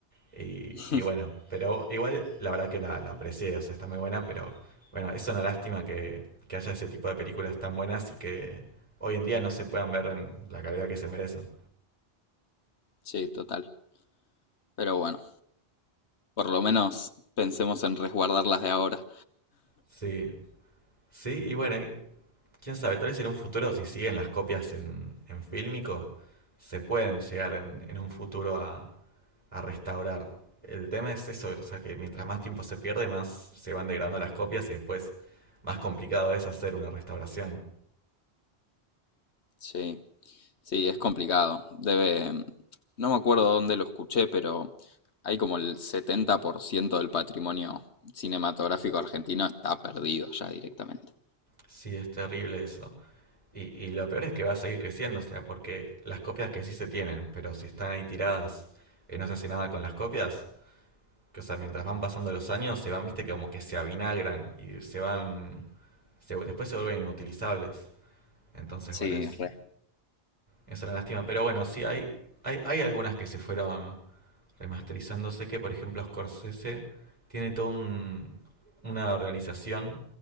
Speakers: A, on the right (about 30°); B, on the left (about 80°).
A: Y,
B: <laughs>
A: y bueno, pero igual la verdad que la, la aprecié, o sea, está muy buena, pero bueno, es una lástima que, que haya ese tipo de películas tan buenas y que hoy en día no se puedan ver en la calidad que se merecen.
B: Sí, total. Pero bueno, por lo menos pensemos en resguardarlas de ahora.
A: Sí, Sí, y bueno, quién sabe, tal vez en un futuro, si siguen las copias en, en fílmico, se pueden llegar en, en un futuro a, a restaurar. El tema es eso, o sea, que mientras más tiempo se pierde, más se van degradando las copias y después más complicado es hacer una restauración.
B: Sí. Sí, es complicado. Debe, no me acuerdo dónde lo escuché, pero hay como el 70% del patrimonio cinematográfico argentino está perdido ya directamente.
A: Sí, es terrible eso. Y, y lo peor es que va a seguir creciendo, o sea, porque las copias que sí se tienen, pero si están ahí tiradas y no se hace nada con las copias, que, o sea, mientras van pasando los años, se van, viste, como que se avinagran y se van se- después se vuelven inutilizables. Entonces,
B: Sí,
A: bueno, es,
B: re,
A: es una lástima. Pero bueno, sí, hay, hay, hay algunas que se fueron remasterizando. Sé que, por ejemplo, Scorsese tiene toda un- una organización